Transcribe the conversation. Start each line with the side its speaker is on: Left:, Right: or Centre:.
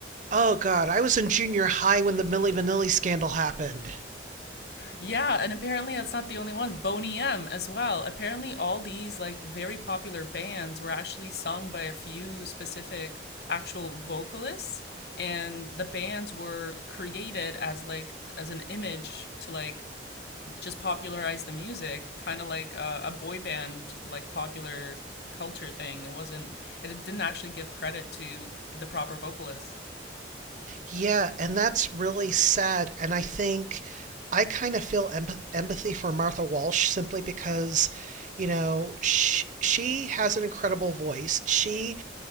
Right: Oh, God. I was in junior high when the Millie Vanilli scandal happened.
Left: Yeah, and apparently that's not the only ones. Boney M as well. Apparently all these like very popular bands were actually sung by a few specific actual vocalists and the bands were created as like as an image to like just popularized the music, kind of like a, a boy band, like popular culture thing. It wasn't. It didn't actually give credit to the proper vocalists.
Right: Yeah, and that's really sad. And I think I kind of feel emp- empathy for Martha Walsh simply because, you know, she, she has an incredible voice. She